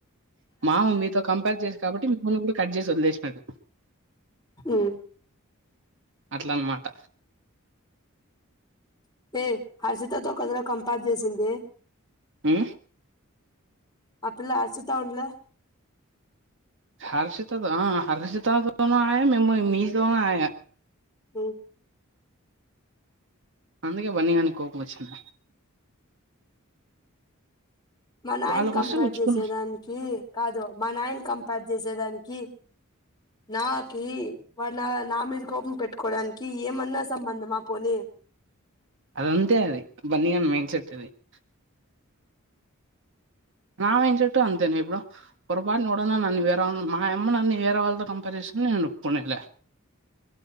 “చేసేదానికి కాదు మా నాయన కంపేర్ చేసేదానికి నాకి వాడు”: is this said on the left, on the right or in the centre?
Left